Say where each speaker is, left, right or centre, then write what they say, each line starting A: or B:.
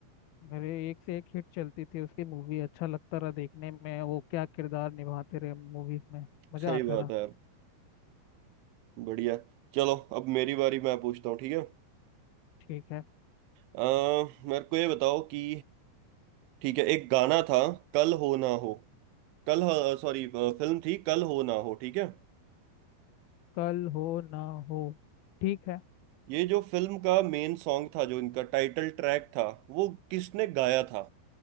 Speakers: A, on the left; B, on the right.
A: अरे एक से एक हिट चलती थी उसकी मूवी अच्छा लगता रहा देखने में वो क्या किरदार निभाते रहे मूवीज में मजा
B: सही
A: आता
B: बात
A: रहा
B: है यार बढ़िया चलो अब मेरी बारी मैं पूछता हूँ ठीक है
A: ठीक है
B: अ, मेरे को ये बताओ कि ठीक है एक गाना था कल हो ना हो कल सॉरी फिल्म थी कल हो ना हो ठीक है
A: कल हो ना हो ठीक है
B: ये जो फिल्म का मेन सॉन्ग था जो इनका टाइटल ट्रैक था वो किसने गाया था